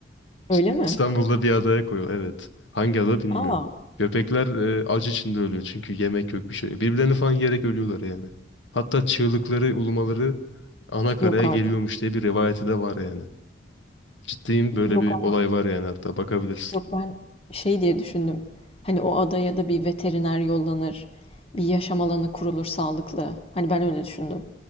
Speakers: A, on the left (about 30°); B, on the left (about 80°).
A: Öyle
B: <laughs>
A: mi?
B: İstanbul'da bir adaya koyuyor. Evet. Hangi ada bilmiyorum.
A: Aa,
B: Köpekler e, acı içinde ölüyor çünkü yemek yok bir şey. yok. Birbirlerini falan yiyerek ölüyorlar yani. Hatta çığlıkları, ulumaları ana karaya
A: yok artık.
B: geliyormuş diye bir rivayeti de var yani. Ciddiyim böyle
A: Yok
B: bir
A: ama-
B: olay var yani hatta bakabilirsin.
A: yok ben şey diye düşündüm. Hani o adaya da bir veteriner yollanır, bir yaşam alanı kurulur sağlıklı. Hani ben öyle düşündüm.